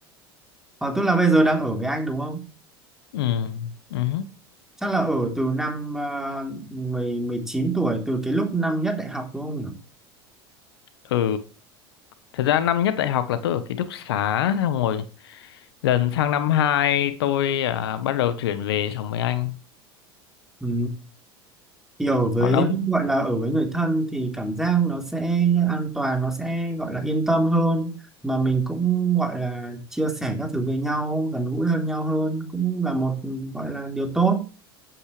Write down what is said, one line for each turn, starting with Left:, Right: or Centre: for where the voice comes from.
Centre: ờ, tức là bây giờ đang ở với anh đúng không
Left: ừ. Ừ. Ừ.
Centre: chắc là ở từ năm uh, 10 19 tuổi từ cái lúc năm nhất đại học đúng không nhỉ
Left: ừ. Thật ra năm nhất đại học là tôi ở ký túc xá xong rồi lần sang năm 2 tôi à, bắt đầu chuyển về sống với anh.
Centre: ừ. thì ở với
Left: Còn ông?
Centre: gọi là ở với người thân thì cảm giác nó sẽ an toàn nó sẽ gọi là yên tâm hơn mà mình cũng gọi là chia sẻ các thứ với nhau gần gũi hơn nhau hơn cũng là một gọi là điều tốt